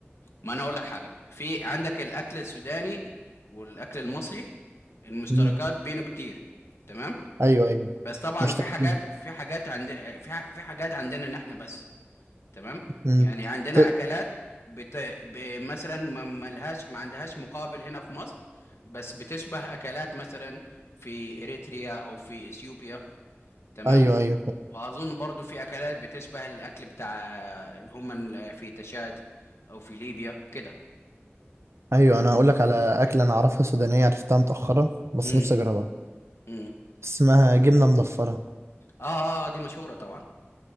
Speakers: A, on the left (about 75°); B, on the right (about 75°).
A: ما انا اقول لك حاجه في عندك الاكل السوداني والاكل المصري المشتركات
B: مم.
A: بينه كتير تمام
B: أيوه أيوه
A: بس طبعا
B: مشتركين
A: في حاجات في حاجات عند في ح- في حاجات عندنا ان احنا بس تمام
B: مم.
A: يعني عندنا
B: ط-
A: اكلات بت... ب... مثلا ما ملهاش ما عندهاش مقابل هنا في مصر بس بتشبه اكلات مثلا في اريتريا او في اثيوبيا تمام
B: أيوه أيوه
A: واظن برضو في اكلات بتشبه الاكل بتاع اللي هم ال- في تشاد او في ليبيا كده
B: أيوه أنا هقول لك على أكلة أنا أعرفها سودانية عرفتها متأخرة بس
A: امم
B: نفسي أجربها
A: امم
B: اسمها جبنة مضفرة
A: اه اه دي مشهوره طبعا